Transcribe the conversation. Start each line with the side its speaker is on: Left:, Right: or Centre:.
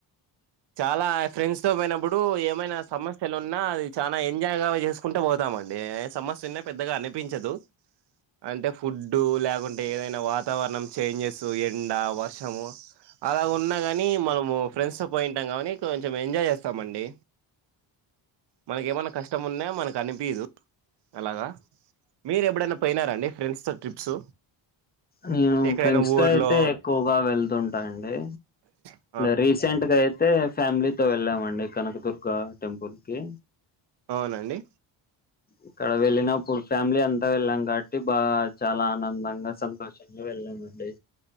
Right: చాలా ఫ్రెండ్స్ తో పోయినప్పుడు ఏమైనా సమస్యలు ఉన్నా అది చాలా ఎంజాయ్ గా చేస్ ఉంట పోతామండి సమస్య ఉన్న పెద్దగా అనిపించదు అంటే ఫుడ్ లేకుంటే అంటే ఏదైనా వాతావరణం చేంజెస్ ఎండ వర్షము అలా ఉన్నా కాని మనము ఫ్రెండ్స్ తో పోయింటాం కానీ కొంచెం ఎంజాయ్ చేస్తామండి మనకేమన్నా కష్టం ఉన్న మనకు అనిపీదు అలాగా మీరు ఎప్పుడైనా పోయినారా అండి ఫ్రెండ్స్ తో ట్రిప్స్
Left: నేను
Right: ఎక్కడైనా
Left: ఫ్రెండ్స్
Right: ఊర్లో
Left: తో అయితే ఎక్కువగా వెళ్తుంటా అండి
Right: అ
Left: రీసెంట్గా అయితే ఫ్యామిలీతో వెళ్ళామండి కనకదుర్గ టెంపుల్ కి
Right: అవునండి
Left: ఇక్కడ వెళ్ళినప్పుడు ఫ్యామిలీ అంతా వెళ్ళాం కాబట్టి బాగా చాలా ఆనందంగా సంతోషంగా వెళ్ళామండి